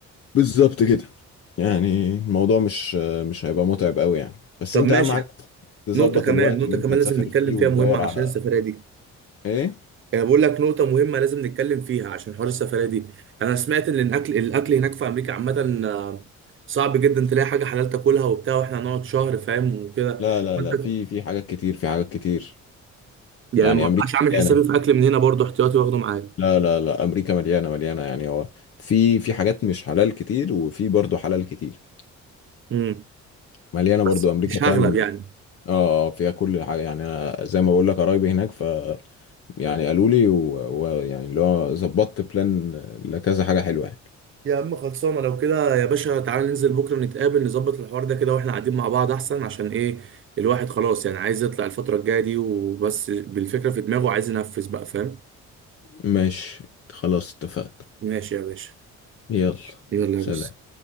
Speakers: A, on the left (about 50°); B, on the right (about 40°).
A: بالظبط كده يعني الموضوع مش مش هيبقى متعب قوي يعني بس
B: طب
A: انت
B: ماشي
A: اهم حاجه تظبط
B: نقطة كمان
A: الوقت
B: نقطة
A: اللي انت
B: كمان
A: هتسافر
B: لازم نتكلم
A: فيه
B: فيها
A: وتدور
B: مهمة عشان
A: على
B: السفرية دي
A: ايه
B: يعني بقول لك نقطة مهمة لازم نتكلم فيها عشان حوار السفرية دي انا سمعت ان الاكل الاكل هناك في امريكا عامة آه، صعب جدا تلاقي حاجة حلال تاكلها وبتاع واحنا هنقعد شهر فاهم وكده
A: لا لا
B: فانت
A: لا في في حاجات كتير في حاجات كتير
B: يعني
A: يعني
B: ما
A: امريكا
B: بقاش عامل
A: مليانه
B: حسابي في اكل من هنا برضو احتياطي واخده معايا
A: لا لا لا امريكا مليانه مليانه يعني هو في في حاجات مش حلال كتير وفي برضه حلال كتير
B: امم
A: مليانه برضه
B: بس
A: امريكا
B: مش
A: فاهم
B: هغلب يعني
A: اه اه فيها كل حاجه يعني انا زي ما بقول لك قرايبي هناك ف يعني قالوا لي و- ويعني اللي هو ظبطت بلان لكذا حاجه حلوه يعني
B: يا عم خلصانه لو كده يا باشا تعالى ننزل بكره نتقابل نظبط الحوار ده كده واحنا قاعدين مع بعض احسن عشان ايه الواحد خلاص يعني عايز يطلع الفتره الجايه دي وبس بالفكره في دماغه عايز ينفذ بقى فاهم
A: ماشي خلاص اتفقنا
B: ماشي يا باشا
A: يلا
B: يلا
A: سلام
B: يا باشا